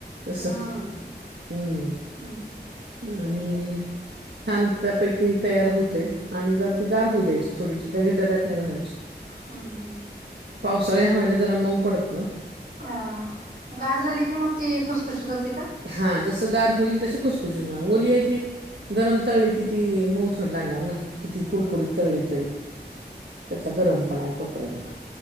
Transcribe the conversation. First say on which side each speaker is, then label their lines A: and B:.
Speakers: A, on the right; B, on the right.
A: तस
B: हम्म
A: हम्
B: हम्म
A: आणि.
B: बर
A: छान त्यापैकी तयार होते आणि जरा ते गार होऊ द्यायची थोडीशी लगेच डब्यात नाही भरायची.
B: हम्म हम्म
A: पावसाळ्या हवेला जरा मऊ पडत
B: ह. गार झाली की मग ती खुसखुशीत होते का.
A: हां, जसं गार होईल तशी खुसखुशीत ओली आहे त गरम तळी किती मोजण लागणार ना. किती कुरकुरी
B: बर.
A: तळली तरी त्याचा गरम पण आहे तोपर्यंत